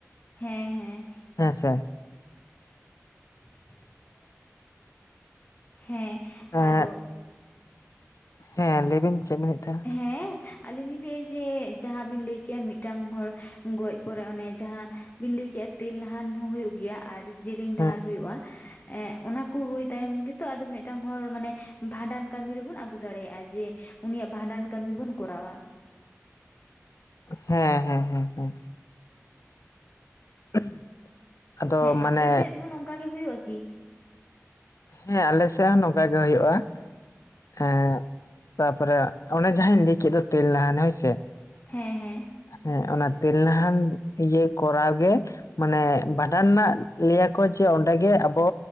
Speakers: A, on the left (about 35°); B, on the left (about 80°).
A: ᱦᱮᱸ ᱦᱮᱸ᱾
B: ᱦᱮᱸ ᱥᱮ᱾
A: <inaudible> ᱦᱮᱸ ᱟᱫᱚ
B: ᱮᱸ ᱦᱮᱸ ᱞᱟᱹᱭᱵᱤᱱ ᱪᱮᱫ ᱵᱤᱱ ᱞᱟᱹᱮᱫ ᱛᱟᱦᱮᱸᱱᱟ?
A: ᱦᱮᱸ ᱟᱹᱞᱤᱧ ᱞᱤᱧ ᱞᱟᱹᱭᱼᱟ, ᱡᱮ ᱡᱟᱦᱟᱸ ᱵᱤᱱ ᱞᱟᱹᱭ ᱠᱮᱜᱭᱟ ᱢᱤᱫᱴᱟᱝ ᱦᱚᱲ ᱜᱚᱡ ᱯᱚᱨᱮ ᱚᱱᱮ ᱡᱟᱦᱟᱸ ᱵᱤᱱ ᱞᱟᱹᱭ ᱠᱮᱜᱼᱟ ᱛᱮᱞ ᱞᱟᱦᱟᱱ ᱦᱚᱸ ᱦᱩᱭᱩᱜ ᱜᱮᱭᱟ᱾ ᱟᱨ ᱡᱮᱞᱮᱧ
B: ᱦᱮᱸ
A: ᱰᱟᱦᱟᱨ ᱦᱩᱭᱩᱜᱼᱟ᱾ ᱮᱸᱜ ᱚᱱᱟ ᱠᱚ ᱦᱩᱭ ᱛᱟᱭᱚᱢ ᱜᱮᱛᱚ ᱟᱫᱚ ᱢᱤᱫᱴᱟᱝ ᱦᱚᱲ ᱢᱟᱱᱮ ᱵᱷᱟᱸᱰᱟᱱ ᱠᱟᱹᱢᱤ ᱨᱮᱵᱚᱱ ᱟᱹᱜᱩ ᱫᱟᱲᱮᱭᱟᱜᱼᱟ, ᱡᱮ ᱩᱱᱤᱭᱟᱜ ᱵᱷᱟᱸᱰᱟᱱ ᱠᱟᱹᱢᱤ ᱵᱚᱱ ᱠᱚᱨᱟᱣᱼᱟ᱾
B: ᱦᱮᱸᱻᱦᱮᱸᱻᱦᱮᱸᱻᱦᱮᱸ᱾ <inaudible> ᱟᱫᱚ
A: ᱦᱮᱸ
B: ᱢᱟᱱᱮ
A: ᱟᱯᱮ ᱥᱮᱫ ᱦᱚᱸ ᱱᱚᱝᱠᱟ ᱜᱮ ᱦᱩᱭᱩᱜᱼᱟ ᱠᱤ?
B: ᱦᱮᱸ ᱟᱞᱮ ᱥᱮᱜ ᱦᱚᱸ ᱱᱚᱝᱠᱟ ᱜᱮ ᱦᱳᱭᱳᱜᱼᱟ᱾ ᱦᱮᱸ ᱛᱟᱯᱚᱨᱮ ᱚᱱᱮ ᱡᱟᱦᱟᱸᱧ ᱞᱟᱹᱭ ᱠᱮᱫ ᱫᱚ ᱛᱮᱞ ᱱᱟᱦᱟᱱ ᱦᱚᱭ ᱥᱮ
A: ᱦᱮᱸᱻᱦᱮᱸ᱾
B: ᱦᱮᱸ ᱚᱱᱟ ᱛᱮᱞ ᱱᱟᱦᱟᱱ ᱤᱭᱟᱹ ᱠᱚᱨᱟᱣᱜ ᱜᱮ ᱢᱟᱱᱮ ᱵᱷᱟᱸᱰᱟᱱ ᱨᱮᱱᱟᱜ ᱞᱟᱹᱭᱟᱠᱚ ᱡᱮ ᱚᱸᱰᱮᱜᱮ ᱟᱵᱚ